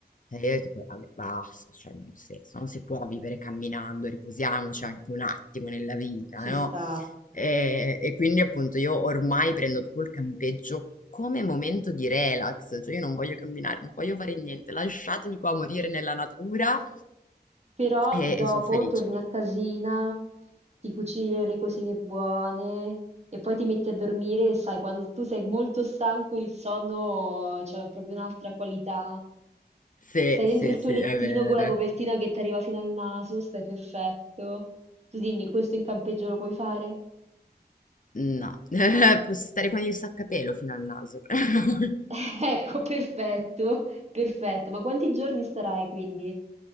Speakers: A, on the left (about 50°); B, on the right (about 40°).
A: E io tipo, vabbè, basta, cioè, nel senso, non si può vivere camminando, riposiamoci anche un attimo nella vita,
B: Ci
A: no?
B: sta.
A: E, e quindi appunto io ormai prendo proprio il campeggio come momento di relax, cioè io non voglio camminare, non voglio fare niente, lasciatemi qua morire nella natura
B: Però
A: e,
B: dopo
A: e sono felice.
B: torni a casina, ti cucini delle cosine buone e poi ti metti a dormire e sai, quando tu sei molto stanco il sonno c'ha proprio un'altra qualità.
A: Sì,
B: Stai
A: sì,
B: dentro il tuo
A: sì,
B: lettino
A: è vero.
B: con la copertina che ti arriva fino al naso, stai perfetto. Tu dimmi, questo in campeggio lo puoi fare?
A: No, <laughs> posso stare con il sacca pelo fino al naso. <laughs>
B: <laughs> Ecco, perfetto, perfetto. Ma quanti giorni starai quindi?